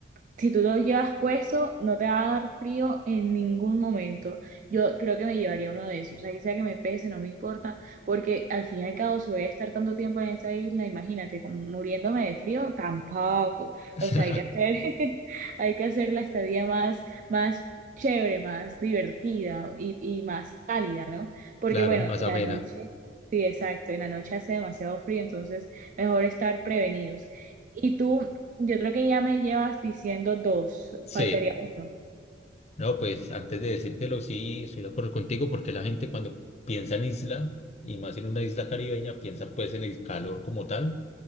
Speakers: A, on the right; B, on the left.
A: si tú lo llevas puesto, no te va a dar frío en ningún momento. Yo creo que me llevaría uno de esos. O sea, y sea que me pese, no me importa, porque al fin y al cabo, si voy a estar tanto tiempo en esa isla, imagínate, como muriéndome de frío, tampoco.
B: <laughs>
A: O sea, hay que hacer, <laughs> hay que hacer la estadía más, más chévere, más divertida y, y más cálida, ¿no? Porque
B: claro,
A: bueno,
B: más
A: en
B: amena.
A: la noche, sí, exacto, en la noche hace demasiado frío, entonces mejor estar prevenidos. ¿Y tú yo creo que ya me llevas diciendo dos,
B: Sí.
A: faltaría uno.
B: No, pues antes de decírtelo, sí, estoy de acuerdo contigo porque la gente cuando piensa en isla, y más en una isla caribeña, piensa pues en el calor como tal,